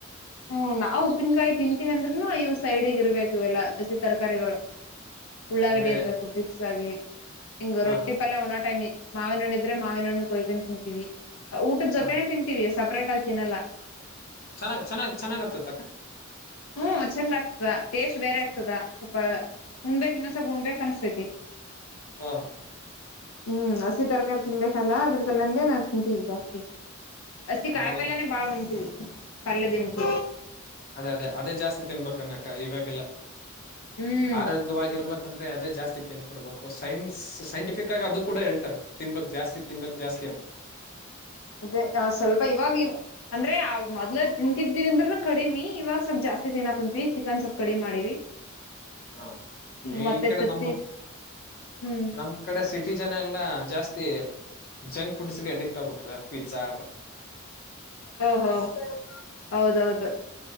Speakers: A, on the left; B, on the left.
A: ಹೂ ನಾವು ಉಪ್ಪಿನಕಾಯಿ ತಿಂತೀವಿಂದ್ೂನು ಇವು ಸೈಡ್ಗ ಇರ್ಬೇಕ ಇವೆಲ್ಲಾ ಹಸಿ ತರಕಾರಿಗಳು ಉಳ್ಳಾಗಡಿ
B: ಅಂದ್ರೆ
A: ಇರ್ಬೇಕು ಫಿಕ್ಸ್ ಆಗಿ ಹಿಂಗೇ
B: ಹಾ
A: ರೊಟ್ಟಿ
B: ಹಾ
A: ಪಲ್ಯ ಒಣಾ ಟೈಮ್ ಮಾವಿನಣ್ಣಿದ್ರೆ ಮಾವಿನಣ್ಣು ಕೊಯ್ಕೊಂಡು ತಿಂತೀವಿ ಊಟದ ಜೊತೆನೆ
B: ಹಾ
A: ತಿಂತೀವಿ ಸ ಅಪ್ರಾಟ್ ಆಗ್ತೀನಲ್ಲ
B: ಚೆನ್ನಾಗ ಚೆನ್ನಾಗ್ ಚೆನ್ನಾಗತ್ತತಕ್ಕ
A: ಹ್ಮ ಚಂದ ಆಗ್ತದ ಟೇಸ್ಟ್ ಬೇರೆ ಆಗ್ತದ ಸ್ವಲ್ಪ ಉಣ್ಬೇಕಕ್ ಇನ್ನೊಂದ್ ಸ್ವಲ್ಪ ಉಣ್ಬೇಕಕ್ ಅನಸ್ತೈತಿ
B: ಹ್ಮ
A: ಹ್ಮ್ ಹಸಿ ತರಕಾರಿ ತಿನ್ಬೇಕಲ್ಲ ಅದ್ರ್ದಲ್ಲಂದೆ ನಾನ್ ತಿಂತೀವಿ ಜಾಸ್ತಿ ಅಸ್ತಿ
B: ಹೌದಾ
A: ಕಾಯ ಪಲ್ಲನೆ ಬಾಳ ಉಂಟ ಪಲ್ಲದಿನಪ
B: ಅದೇ ಅದೇ ಅದೇ ಜಾಸ್ತಿ ತಿನ್ಬೇಕ ಅನ್ನಕ್ಕ ಇವಾಗೆಲ್ಲ
A: ಹ್ಮ್
B: ಆರೋಗ್ಯವಾಗಿರ್ರುವ ಯಾಕಂದ್ರ ಅದ ಜಸ್ತಿ ತಿನ್ಕೊರ್ಬೇಕು ಸೈನ್ಸ್ ಸೈಂಟಿಫಿಕ್ ಆಗಿ ಅದು ಕೂಡ ಹೇಳ್ತಾರೆ ತಿನ್ಬಕ್ ಜಾಸ್ತಿ ತಿನ್ಬಕ್ ಜಾಸ್ತಿ ಅ
A: ಅದೇ ಸ್ವಲ್ಪ ಇವಾಗ ಅಂದ್ರೆ ಆ ಮೊದ್ ತಿಂತಿದ್ದೀವಿ ಅಂದ್ರ ಕಡಿಮಿ ಇವಾಗ ಸ್ವಲ್ಪ್ ಜಾಸ್ತಿ ತಿನ್ನಾಕ್ ಕುಂತ್ೀವಿ ಚಿಕನ್ ಸ್ವಲ್ಪ್ ಕಡಿಮೆ ಮಾಡಿವಿ
B: ಹಾ
A: ಮತ್ತೆ
B: ಈ ಕಡೆ
A: ತತ್ತಿ
B: ನಮ್ಮ
A: ಹ್ಮ್
B: ನಮ್ ಕಡೆ ಸಿಿ ಪ್ರತಿ ಜನ ಎಲ್ಲಾ ಜಾಸ್ತಿ ಜಂಕ್ ಫುಡ್ಸ್ಗೆ ಅಡಿಕ್ಟ್ ಆಗ್ಬಿಟ್ರ ಪಿಜಜಾ
A: ಓಹೋ ಹೌದೌದು